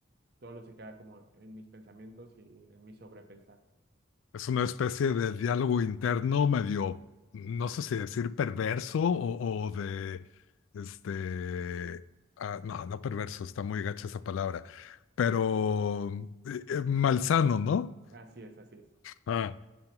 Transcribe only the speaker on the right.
Solo se queda como en mis pensamientos y en mi sobrepensar.
Así es, así es.